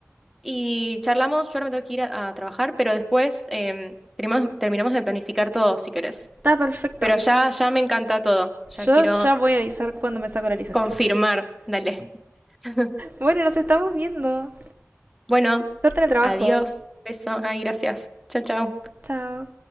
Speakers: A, in the centre; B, on the right.
A: y charlamos. Yo ahora me tengo que ir a, a trabajar, pero después em, terminamos, terminamos de planificar todo, si querés.
B: Está perfecto.
A: Pero ya, ya me encanta todo. Ya
B: Yo
A: quiero
B: ya voy a avisar cuando me saco la licencia.
A: confirmar. Dale. <laughs>
B: Bueno, nos estamos viendo.
A: Bueno,
B: Suerte en el trabajo.
A: adiós, besos, ay, gracias. Chao, chao.
B: Chao.